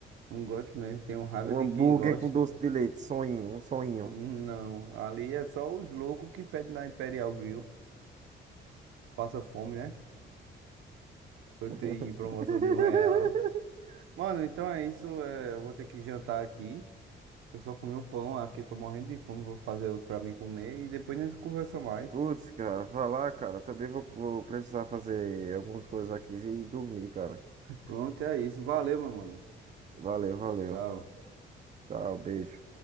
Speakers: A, on the right; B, on the right.
A: não gosto mesmo. Tenho raiva
B: Um
A: de
B: hambúrguer
A: quem gosta.
B: com doce de leite, sonhinho, um sonhinho.
A: Não, ali é só os loucos que pedem na Imperial Grill. Passa fome, né? Eu
B: <laughs>
A: tenho promoção de um real. Mano, então é isso. é, eu vou ter que jantar aqui. Eu só comi um pão aqui, eu tô morrendo de fome. Vou fazer outro pra mim comer e depois nós conversa mais.
B: Putz, cara, vai lá, cara. Também vou, vou precisar fazer algumas coisas aqui e dormir, cara.
A: Pronto, é isso. Valeu, meu mano.
B: Valeu, valeu.
A: Tchau.
B: Tchau, beijo.